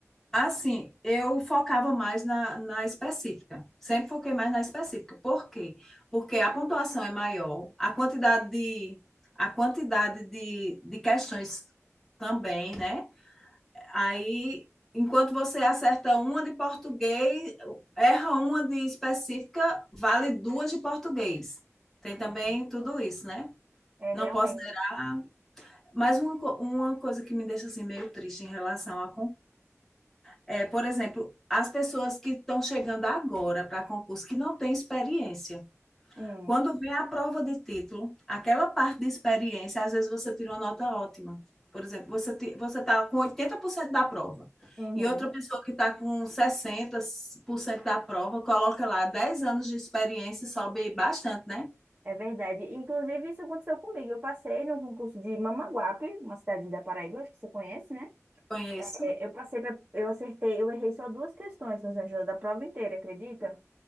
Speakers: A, in the centre; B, on the right.
A: Assim, eu focava mais na, na específica. Sempre foquei mais na específica. Por quê? Porque a pontuação é maior, a quantidade de, a quantidade de, de questões também, né? Aí, enquanto você acerta uma de português, erra uma de específica, vale duas de português. Tem
B: Uhum.
A: também tudo isso, né?
B: É,
A: Não
B: realmente.
A: posso negar. Mas uma, co- uma coisa que me deixa assim meio triste em relação à É, por exemplo, as pessoas que estão chegando agora para concurso que não têm experiência.
B: Hum,
A: Quando vem a prova de título, aquela parte de experiência, às vezes você tira uma nota ótima. Por exemplo, você ti- você está com 80% da prova
B: uhum.
A: e outra pessoa que está com sessenta por cento da prova coloca lá 10 anos de experiência e sobe bastante, né?
B: É verdade. Inclusive, isso aconteceu comigo. Eu passei no concurso de Mamanguape, uma cidade da Paraíba, acho que você conhece, né?
A: Conheço.
B: É, Eu passei, pra- eu acertei, eu errei só duas questões, Rosângela, da prova inteira, acredita?